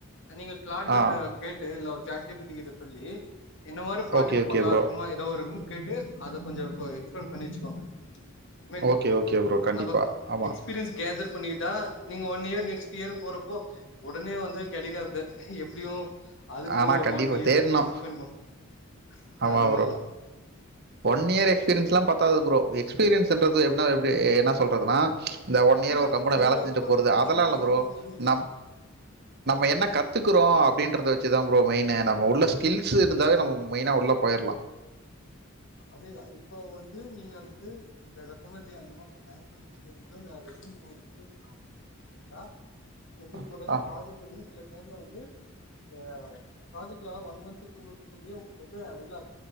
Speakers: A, on the left; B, on the right.
A: நீங்க க்ளாடு கிட்ட
B: ஆ
A: கேட்டு இல்ல ஒ சேட் ஜீ பி டி கிட்ட சொல்லி என்ன மாரி ப்ராஜெக்ட்
B: ஓகே, ஓகே
A: பண்லா
B: ப்ரோ.
A: சும்மா எதோ ஒருன் கேட்டு அத கொஞ்சோ <unintelligible> எக்ஸ்ப்ளைன் பண்ணி வச்சுக்கோங்க I mean
B: okay okay bro கண்டிப்பா
A: நம்ம
B: ஆமா
A: எக்ஸ்பீரியன்ஸ் கேதர் பண்ணிக்கிட்டா நீங்க ஒன் இயர் நெக்ஸ்ட் இயர் போறப்போ ஒடனே வந்து கெடைக்காது எப்டியு அதுக்குனு
B: ஆனா
A: ஒரு
B: கண்டிப்பா
A: ஒன் இயர்
B: தேடணும்.
A: நீங்க <unintelligible>
B: ஆமா
A: அதனாலதா
B: ப்ரோ ஒன் இயர் எக்ஸ்பீரியன்ஸ் எல்லா பத்தாது ப்ரோ எக்ஸ்பீரியன்ஸ்ன்றத என எப்டி என்ன சொல்றதுனா இந்த ஒன் இயர்
A: இல்ல
B: ஒரு கம்பெனி
A: நீங்க
B: வேல செஞ்சுட்டு
A: இப்போ
B: போறது
A: இப்போ
B: அதெல்லா
A: கரண்டா
B: இல்வ
A: ஐ
B: ப்ரோ
A: டில எப்டின்னா
B: நம் நம்ம
A: ஆமா
B: என்ன
A: சொல்லு
B: கற்றுக்குறோ
A: சொல்லு
B: அப்டின்றத வெச்சு தா ப்ரோ மெயினு நம்ம உள்ள ஸ ஸ்கில்ஸ் இருந்தாலே நம்ம மெய்னா உள்ள போய்றலா
A: அதேதா இப்போ நீங்க வந்து சொன்ன இ அந்த மா பண்ண <unintelligible> தா உங்க கூடனே
B: ஆ ஆ
A: ப்ரஜெக்ட் வந்துனா சில டைம்ல வந்து ஹ ப்ராஜெக்ட்ல ஒன் மந்தத் டூ மந்த் சொள்ளியு உங்களுக்கு வந்து உள்ள